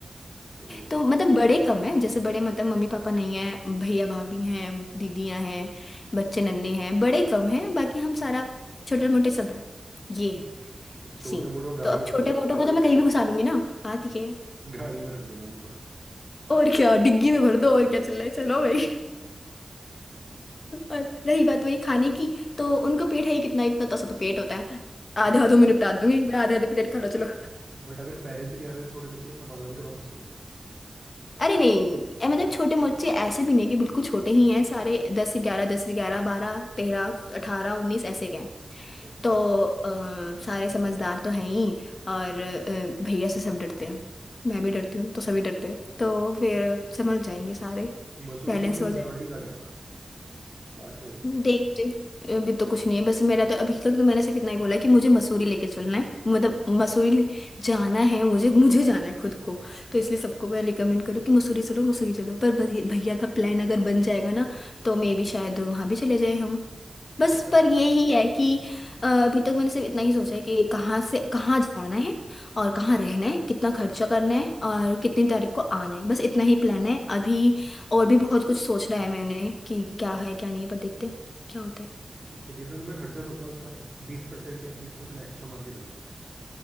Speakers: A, on the right; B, on the left.
A: सही है
B: तो मतलब बड़े कम है जैसे बड़े मतलब मम्मी पापा नहीं है भैया भाभी हैं दीदियां हैं बच्चे नन्हे हैं बड़े कम हैं बाकी हम सारा छोटे मोटे सब हैं ये है
A: तो छोटे
B: सीन
A: मोटे को गाड़ी
B: तो अब
A: में रख
B: छोटे
A: देना
B: मोटों को तो मैं कहीं भी घुसा लूंगी ना बात ये है
A: गाड़ी में रख देना उनको
B: और क्या डिग्गी में भर दो और क्या चल रहा है चलो भाई <laughs> और रही बात वही खाने की तो उनका पेट है ही कितना इतना तसा तो पेट होता है
A: बट
B: आधे हाथों में निपटा दूंगी मैं आधे आधे प्लेट खा लो चलो
A: बट अगर पेरेंट्स नहीं आ रहे तो छोटे बच्चों को संभालना भी थोड़ा मुश्किल है
B: अरे नहीं ए, मतलब छोटे मोचे ऐसे भी नहीं कि बिल्कुल छोटे ही हैं सारे दस ग्यारह दस ग्यारह बारह तेरह अठारह उन्नीस ऐसे के हैं
A: अच्छा अच्छा
B: तो अ, सारे समझदार तो हैं ही और अ, भैया से सब डरते हैं मैं भी डरती हूँ तो सभी डरते हैं तो फिर समझ जाएंगे सारे
A: मसूरी
B: बैलेंस
A: जाओगे
B: हो
A: तो धनवल्टी जाके आना पास में ही है
B: देखते अभी तो कुछ नहीं है बस मेरा तो अभी तक तो मैंने सिर्फ इतना ही बोला है कि मुझे मसूरी लेके चलना है मतलब मसूरी ले- जाना है मुझे मुझे जाना है खुद को तो इसलिए सबको मैं रिकमेंड करूँ कि मसूरी चलो मसूरी चलो पर भैया भैया का प्लान अगर बन जाएगा ना तो मे भी शायद वहाँ भी चले जाए हम बस
A: तुम्हारा
B: पर यही है कि अ, अभी तक मैंने सिर्फ इतना ही सोचा है कि कहाँ से कहाँ जाना है और कहाँ रहना है कितना खर्चा करना है और कितनी तारीख को आना है बस इतना ही प्लान है अभी और भी बहुत कुछ सोचना है मैंने कि क्या है क्या नहीं है पर देखते हैं क्या होता है
A: ठीक है जितना तुमने खर्चा सोचा है, उसका बीस परसेंट या तीस परसेंट एक्स्ट्रा मान के चलना